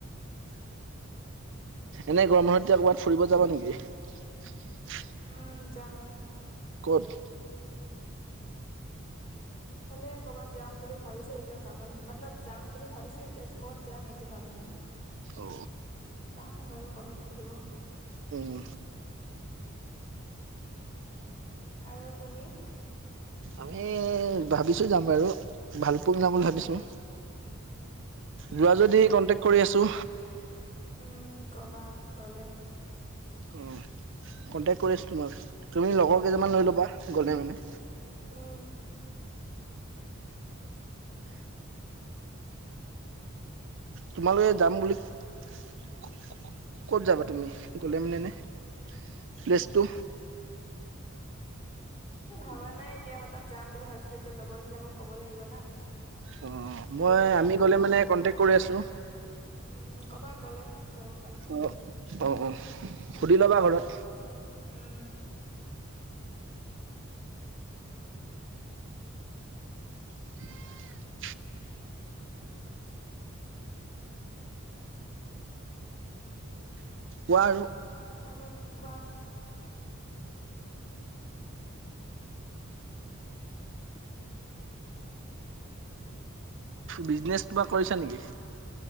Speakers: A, on the right; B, on the left.
A: এনে গৰম মাহত এতিয়া ক'বাত ফুৰিব যাবা নিকি
B: উম যাম
A: ক'ত
B: ফালে কবাত যাম বুলি ভাবিছো এতিয়া ভাবা ন মতলব যাম বুলি ভাবিছো এতিয়া কত যাম এইটো ভাবা নাই নাই
A: অ
B: যাম বাৰু কবাত ফুৰিব
A: উম,
B: আৰু তুমি
A: আমি ভাবিছো যাম বাৰু ভালপোং যাম বুলি ভাবিছো
B: আচ্ছা,
A: যোৱা যদি কন্টেক্ কৰি আছো
B: উম কবা গলে
A: অঁ কণ্টেক্ কৰি আছোঁ তোমাক তুমি লগৰ কেইজনামান
B: উম,
A: লৈ ল'বা গ'লে মানে
B: উম
A: তোমালোকে যাম বুলি ক ক ক ক'ত যাবা তুমি গলে মানে এনে প্লেছ টু
B: এ ভাবা নাই এতিয়া মতলব যাম বুলি ভাবিছিলো এতিয়া লগৰ বিলাকক ক'ব লাগিব না
A: অ',
B: সুধিব
A: মই
B: লাগিব
A: আমি গ'লে
B: কত
A: মানে
B: যাব
A: কন্টেক্ট কৰি আছো।
B: উম কবা গ'লে যাব পাৰিম।
A: অ অ অ সুধি লবা ঘৰত
B: উম
A: <unintelligible> কোৱা আৰু
B: আৰু কোৱা
A: বিজনেছ কিবা কৰিছা নিকি